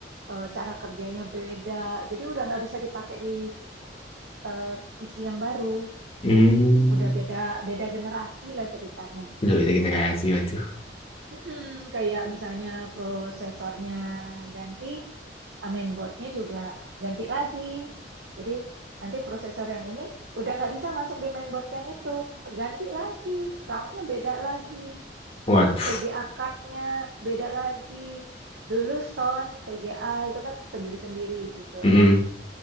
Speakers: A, on the right; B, on the left.
A: eh, cara kerjanya beda jadi udah nggak bisa dipakai di eh, PC yang baru
B: Hmm.
A: udah beda beda generasi lah ceritanya
B: Udah beda generasi, waduh.
A: Mm-mm, kayak misalnya prosesornya ganti, main boardnya juga ganti lagi. Jadi nanti prosesor yang ini udah nggak bisa masuk di mainboard yang itu, ganti lagi, RAM-nya beda lagi,
B: Waduh.
A: VGA card-nya beda lagi. Dulu sound VGA itu kan sendiri-sendiri gitu.
B: Hmm.
A: Orang